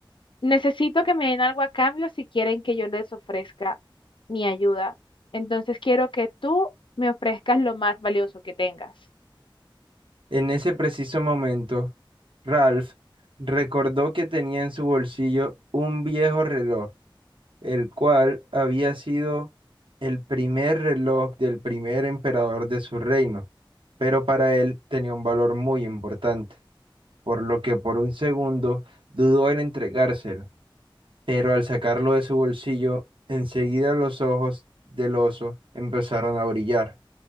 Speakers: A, on the left; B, on the right.
A: necesito que me den algo a cambio si quieren que yo les ofrezca mi ayuda. Entonces quiero que tú me ofrezcas lo más valioso que tengas.
B: En ese preciso momento, Ralph recordó que tenía en su bolsillo un viejo reloj el cual había sido el primer reloj del primer emperador de su reino, pero para él tenía un valor muy importante, por lo que por un segundo dudó en entregárselo, pero al sacarlo de su bolsillo, enseguida los ojos del oso empezaron a brillar,